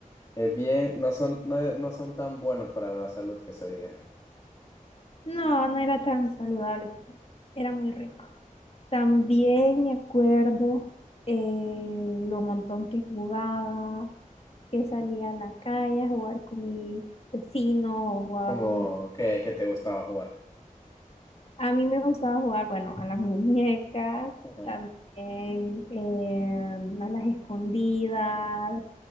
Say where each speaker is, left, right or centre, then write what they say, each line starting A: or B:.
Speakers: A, on the left; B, on the left.
A: Eh, bien, no son, no, no son tan buenos para la salud que se diga. <laughs>
B: No, no era tan saludable, pero era muy rico. También me acuerdo eh, lo montón que jugaba, que salía a la calle a jugar con mis vecinos o jugaba
A: Como
B: con mis...
A: que, que te gustaba jugar.
B: A mí me gustaba jugar, bueno, a las muñecas,
A: Ajá.
B: también eh, a las escondidas,